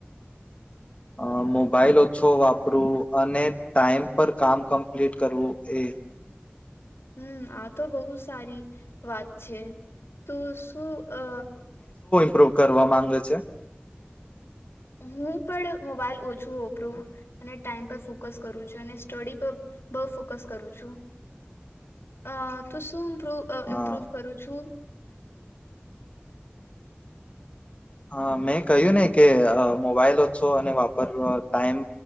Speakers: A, on the left; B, on the left.
A: અ મોબાઈલ ઓછો વાપરું અને ટાઈમ પર કામ કમ્પ્લીટ કરવું એ.
B: હમ્મ આ તો બહુ સારી વાત છે તો શું અ
A: પ્રૂવ કરવા માંગે છે
B: હું પણ મોબાઈલ ઓછું વાપરું અને ટાઈમ પર ફોકસ કરું છું અને સ્ટડી પર બહુ ફોકસ કરું છું અ તો શું <unintelligible> અ
A: હા
B: ઇમ્પ્રુવ કરું છું
A: હા મેં કહ્યું ને કે મોબાઈલ ઓછો અને વાપર ટાઈમ